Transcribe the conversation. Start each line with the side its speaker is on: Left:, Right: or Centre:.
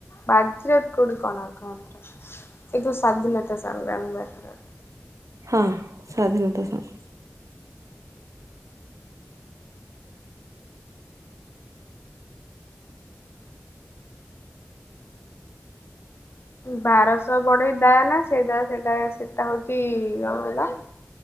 Left: ବାଜିରାଉତ କୋଉଠି କୋଣାର୍କ ଏ ଯଉ ସଧୀନତା <unintelligible>
Right: ହଁ ସ୍ୱାଧୀନତା ସ
Left: ବାରଶହ ବଢେଇ ଦା ନା ସେଟା ସେଟା ସେଟା ହଉଛି କଣ ହେଲା?